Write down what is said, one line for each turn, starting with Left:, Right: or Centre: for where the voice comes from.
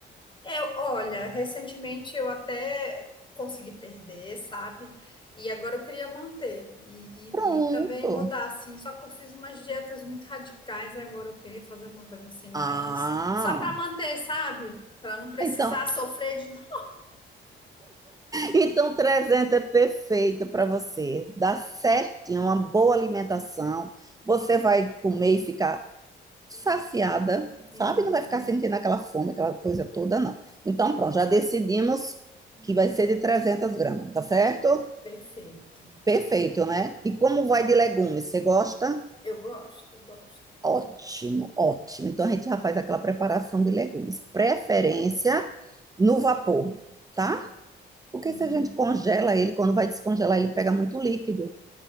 Left: É, olha, recentemente eu até consegui perder, sabe? E agora eu queria manter e,
Right: Pronto.
Left: e, e também mudar, assim. Só que eu fiz umas dietas muito radicais, agora eu queria fazer uma coisa assim, mais
Right: Ah,
Left: só para manter, sabe? Para não precisar
Right: então,
Left: sofrer de novo.
Right: então 300 é perfeito para você. Dá certinho, uma boa alimentação. Você vai comer e ficar saciada,
Left: Uhum,
Right: sabe? Não vai ficar sentindo aquela fome, aquela coisa toda, não. Então, pronto, já decidimos que vai ser de 300 gramas, tá certo?
Left: perfeito.
Right: Perfeito, né? E como
Left: Uhum.
Right: vai de legumes? Você gosta?
Left: Eu gosto, eu gosto.
Right: Ótimo, ótimo. Então, a gente já faz aquela preparação de legumes. Preferência no vapor, tá? Porque
Left: Uhum,
Right: se a gente congela ele, quando vai descongelar, ele pega muito líquido.